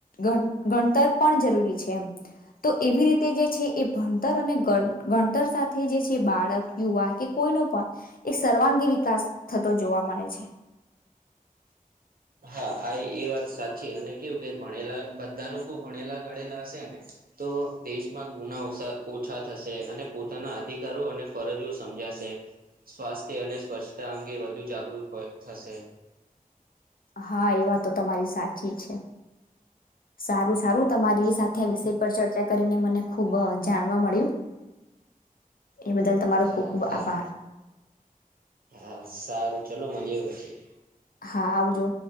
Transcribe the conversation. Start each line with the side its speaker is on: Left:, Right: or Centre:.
Left: ગણ ગણતર પણ જરૂરી છે એમ. તો એવી રીતે જે છે એ ભણતર અને ગણ‌ ગણતર સાથે જે છે બાળક યુવા કે કોઈનો પણ એક સર્વાંગી વિકાસ થતો જોવા મળે છે.
Right: હા આ એ વાત સાચી અને કેવું કે ભણેલા બધા લોકો ભણેલા ગણેેલા હશે ને તો દેશમાં ગુના ઓસા ઓછા થશે અને પોતાના અધિકારો અને ફરજો સમજાશે. સ્વાસ્થ્ય અને સ્વચ્છતા અંગે વધુ જાગૃત હોય થશે.
Left: હા એ વાત તો તમારી સાચી છે. સારું સારું તમારી સાથે આ વિષય પર ચર્ચા કરીને મને ખુબ જાણવા મળ્યું એ બદલ તમારો
Right: હા
Left: ખુબ ખુબ
Right: હા
Left: આભાર.
Right: હા સારું ચલો મળીએ પછી.
Left: હા આવજો.